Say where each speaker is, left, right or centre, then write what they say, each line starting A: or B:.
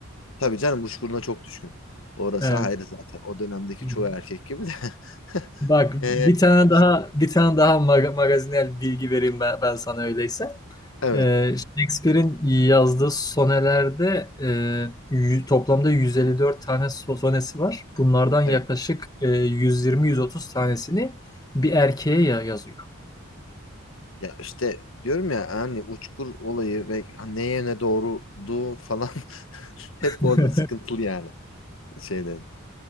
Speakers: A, on the left (about 70°); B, on the left (about 20°).
A: tabii canım uçkuruna çok düşkün. Orası
B: Evet.
A: ayrı zaten. O dönemdeki
B: Hı hı.
A: çoğu erkek gibi de. <laughs>
B: Bak
A: Ee,
B: bir tane
A: işte,
B: daha bir tane daha mag- magazinel bilgi vereyim ben, ben sana öyleyse.
A: evet.
B: Ee, Shakespeare'in yazdığı sonelerde e, yü- toplamda 154 tane so- sonesi var. Bunlardan yaklaşık
A: Evet.
B: e, 120-130 tanesini bir erkeğe ya- yazıyor.
A: Ya işte diyorum ya hani uçkur olayı ve neye ne doğruluğu falan <laughs> hep
B: <laughs>
A: orada sıkıntılı yani şeylerin.